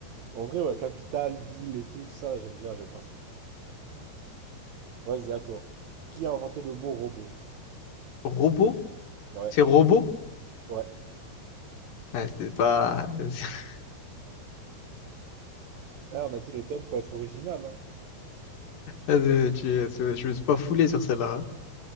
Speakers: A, on the right (about 75°); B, on the left (about 60°).
A: En vrai, ouais, capitale, ville et tout, tout ça, là, j'aime bien la géographie. Vas-y, à toi. Qui a inventé le mot robot?
B: Robot?
A: Ouais,
B: C'est robot?
A: ouais.
B: Ah, c'est pas... <laughs>
A: Eh, on a dit le thème, faut être original, hein.
B: Ouais, tu- c'est- Je me suis pas foulé sur celle-là. hein.